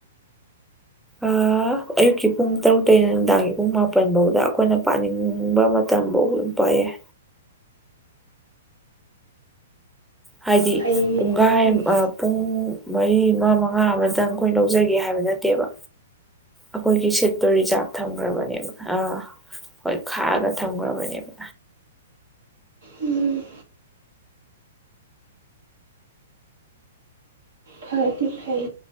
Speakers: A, in the centre; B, on the right (about 75°).
A: ꯑꯥ ꯑꯌꯨꯛꯀꯤ ꯄꯨꯡ ꯇꯔꯨꯛꯇꯩꯩꯅ ꯅꯨꯡꯗꯥꯡꯒꯤ ꯄꯨꯡ ꯃꯥꯄꯟꯕꯧꯗ ꯑꯈꯣꯏꯅ ꯄꯥꯅꯤꯡꯕ ꯃꯇꯝꯕꯧ ꯗꯨꯝ ꯄꯥ ꯌꯥꯏ ꯍꯥꯏꯗꯤ
B: ꯐꯩꯅꯦ
A: ꯄꯨꯡꯒꯥꯏꯝ
B: ꯎꯝ
A: ꯑ ꯄꯨꯡ ꯃꯔꯤ ꯃ ꯃꯉꯥ ꯑꯃꯇꯪ ꯈꯣꯏ ꯂꯧꯖꯒꯦ ꯍꯥꯏꯕ ꯅꯠꯇꯦꯕ ꯑꯈꯣꯏꯒꯤ ꯁꯤꯠꯇꯣ ꯔꯤꯖꯥꯚ ꯊꯝꯒ꯭ꯔꯕꯅꯦꯕ ꯑꯥ ꯍꯣꯏ ꯈꯥꯑꯒ ꯊꯝꯒ꯭ꯔꯕꯅꯦꯕ
B: ꯎꯝ ꯐꯗꯤ ꯐꯩ